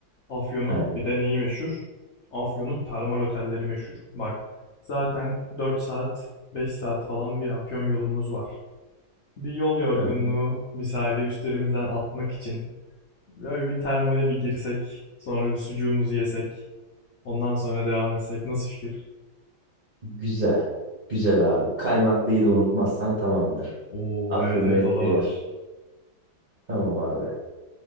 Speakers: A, on the left; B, on the right.
A: Afyon'un
B: Aynen.
A: bir de neyi meşhur? Afyon'un termal otelleri meşhur. Bak, zaten 4 saat, 5 saat falan bir Afyon yolumuz var. Bir yol yorgunluğu
B: <laughs>
A: misali üstlerimizden atmak için böyle bir termale bir girsek, sonra bir sucuğumuzu yesek, ondan sonra devam etsek nasıl fikir?
B: Güzel. Güzel abi. Kaymaklıyı da unutmazsan tamamdır.
A: Oo,
B: Afyon'u
A: evet evet
B: ekleyelim.
A: o da var.
B: Tamam abi.